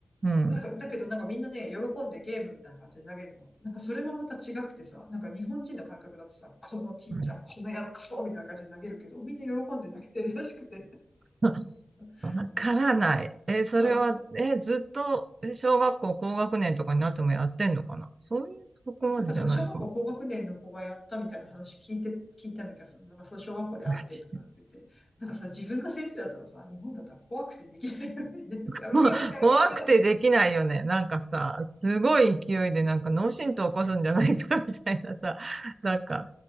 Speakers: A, on the right (about 40°); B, on the left (about 25°).
A: ん。
B: なんか、だけどなんかみんなね、喜んでゲームみたいな感じで投げるの。なんかそれもまた違くてさ、なんか日本人の感覚だとさ、このティーチャー、
A: うん
B: このやるクソみたいな感じで投げるけど、みんな喜んで投げてるらしくて。
A: <laughs>
B: <laughs>
A: わからない。え、それは、
B: そう、
A: え、ずっと、え小学校高学年とかになってもやってんのかなそういう、そこまでじゃないのかな
B: なんかでも小学校高学年の子がやったみたいな話聞いて、聞いたんだけどさ、なんかそう小学校で会ってとかって言って、
A: マジで。
B: なんかさ、自分が先生だったらさ、日本だったら怖くてできないよね。
A: <laughs>
B: <laughs> やめてやめてやめてやめて。
A: 怖くてできないよね。なんかさ、すごい勢いでなんか脳震盪起こすんじゃないか <laughs> みたいなさ、なんか、